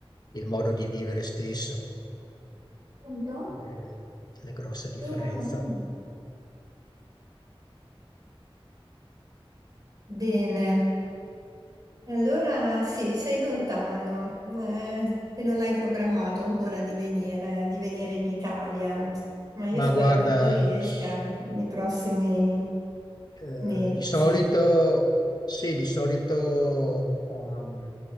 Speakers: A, on the left (about 45°); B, on the right (about 40°).
A: il modo di vivere stesso,
B: Pronto?
A: eh, una grossa differenza.
B: Sì, mamma, dimmi. bene. E Allora sì, sei lontano eh, e non hai programmato ancora di venire, di venire in Italia, ma io
A: Ma
B: spero
A: guarda,
B: che tu riesca
A: s-
B: nei prossimi
A: eh,
B: mesi.
A: di solito, sì, di solito ehm,